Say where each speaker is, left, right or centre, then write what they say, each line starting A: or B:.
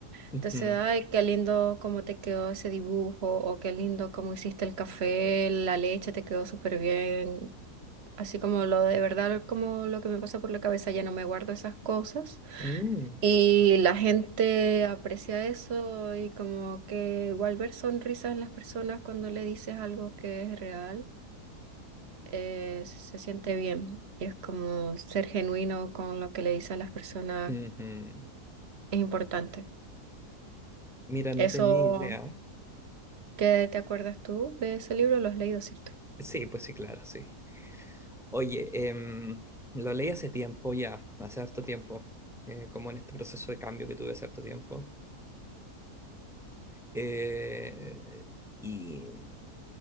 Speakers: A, in the centre; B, on the right.
A: Ujú.
B: Entonces, ay, qué lindo cómo te quedó ese dibujo o qué lindo cómo hiciste el café, la leche te quedó súper bien. Así como lo de verdad, como lo que me pasa por la cabeza, ya no me guardo esas cosas.
A: Mm,
B: Y la gente aprecia eso y como que igual ver sonrisas en las personas cuando le dices algo que es real eh, se siente bien y es como ser genuino con lo que le dice a las personas
A: ujú.
B: es importante.
A: Mira, no
B: Eso,
A: tenía idea.
B: ¿qué te acuerdas tú de ese libro? Lo has leído, ¿cierto?
A: Sí, pues sí, claro, sí. Oye, em, lo leí hace tiempo ya, hace harto tiempo, eh, como en este proceso de cambio que tuve hace harto tiempo. Eh, y,